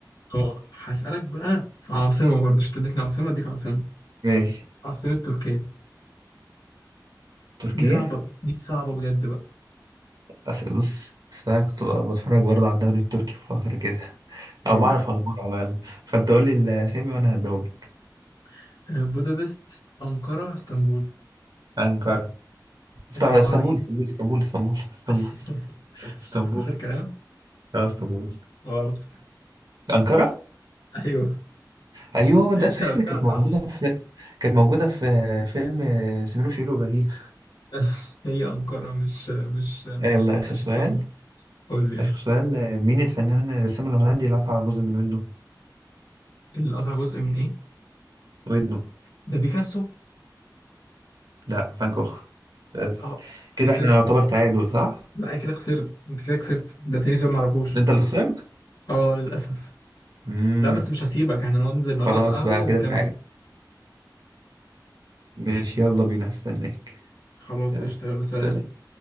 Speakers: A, on the left; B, on the right.
A: اه هسألك بقى في عاصمة برضه اشتدتني عاصمة أديك عاصمة
B: ماشي
A: عاصمة تركيا
B: تركيا
A: دي صعبة دي صعبة بجد بقى
B: أسأل بص أصل أنا كنت بتفرج برضه على الدوري التركي في فترة كده
A: اه
B: أو بعرف أخباره على الأقل فأنت قول لي الأسامي وأنا هديهم لك.
A: <laughs> بودابست أنقرة اسطنبول
B: أنقرة است- اسطنبول
A: هاي
B: اسطنبول اسطنبول اسطنبول اسطنبول
A: <laughs>
B: اسطنبول
A: آخر كلام
B: اه اسطنبول
A: غلط
B: أنقرة
A: أيوه
B: أيوه ده
A: أنت
B: صحيح
A: قلتها
B: ده كانت
A: صح
B: موجودة في كانت موجودة في فيلم سمير وشهير وبهير
A: <laughs> هي أنقرة مش مش مش,
B: آه، يلا آخر
A: مش
B: سؤال
A: اسطنبول قول لي يلا.
B: آخر سؤال آه، مين الفنان الرسام الهولندي اللي قطع جزء من ويندو
A: اللي قطع جزء من إيه؟
B: ودنه
A: ده بيكاسو
B: لا فان جوخ بس
A: أه خسرت
B: كده احنا يعتبر تعادل صح
A: لا أنا كده خسرت أنت كده خسرت ده تاني سؤال معرفوش
B: انت اللي خسرت
A: أه للأسف
B: امم
A: لا بس مش هسيبك احنا نقعد ننزل النهاردة
B: خلاص
A: على القهوة
B: بقى كده
A: ونكمل
B: تعادل ماشي يلا بينا استناك
A: خلاص
B: يلا
A: قشطة يلا سلام
B: سلام